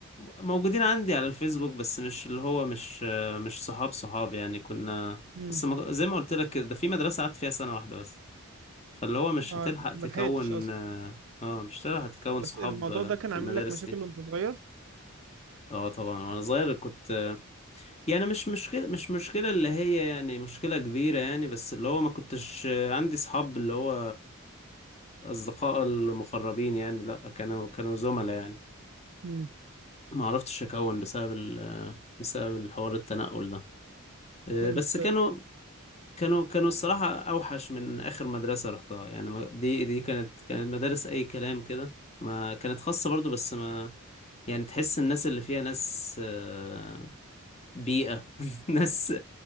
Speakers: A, on the left (about 30°); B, on the right (about 60°).
A: موجودين عندي على الفيسبوك بس مش اللي هو مش مش صحاب صحاب يعني كنا
B: مم.
A: بس ما- زي ما قلت لك كده ده في مدرسة قعدت فيها سنة واحدة بس فاللي هو مش
B: اه
A: هتلحق تكون
B: ما لحقتش اصلا
A: اه مش هتلحق تكون صحاب
B: بس الموضوع ده كان
A: في
B: عامل
A: المدارس
B: لك مشاكل
A: دي
B: وانت صغير
A: اه طبعا وانا صغير كنت يعني مش مشكلة مش مشكلة اللي هي يعني مشكلة كبيرة يعني بس اللي هو ما كنتش عندي صحاب اللي هو اصدقاء المقربين يعني لا كانوا كانوا زملاء يعني
B: امم
A: ما عرفتش اكون بسبب ال بسبب الحوار التنقل ده آه،
B: كانت
A: بس كانوا كانوا كانوا الصراحة اوحش من اخر مدرسة رحتها يعني ما- دي دي كانت كانت مدارس اي كلام كده ما كانت خاصة برضو بس ما يعني تحس الناس اللي فيها ناس آه، بيئة <laughs> ناس